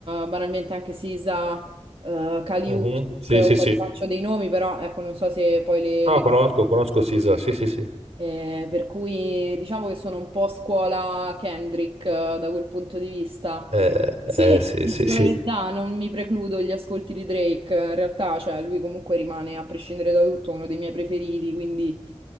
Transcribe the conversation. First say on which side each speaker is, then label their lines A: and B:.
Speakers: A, on the right; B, on the right.
A: banalmente anche Sisa, eh, Kali
B: Mhm.
A: Uchis,
B: Sì,
A: ora
B: sì, sì.
A: faccio dei nomi, però ecco, non so se poi le...
B: Ah,
A: le-
B: conosco, conosco Sisa, sì, sì, sì.
A: eh, per cui diciamo che sono un po' scuola Kendrick eh, da quel punto di vista.
B: Eh,
A: Sì,
B: eh, sì,
A: ti
B: sì,
A: dico
B: sì.
A: la verità, non mi precludo gli ascolti di Drake, in realtà, cioè, lui comunque rimane, a prescindere da tutto, uno dei miei preferiti, quindi,